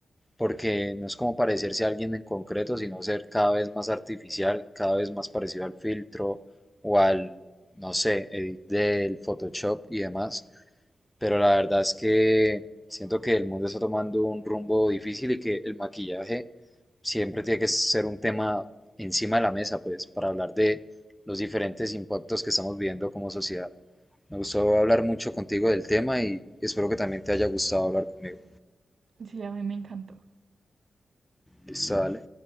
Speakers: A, in the centre; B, on the right.
A: porque no es como parecerse a alguien en concreto, sino ser cada vez más artificial, cada vez más parecido al filtro o al, no sé, edit del Photoshop y demás. Pero la verdad es que siento que el mundo está tomando un rumbo difícil y que el maquillaje siempre tiene que ser un tema encima de la mesa, pues, para hablar de los diferentes impactos que estamos viviendo como sociedad. Me gustó hablar mucho contigo del tema y espero que también te haya gustado hablar conmigo.
B: Sí, a mí me encantó.
A: Listo, dale.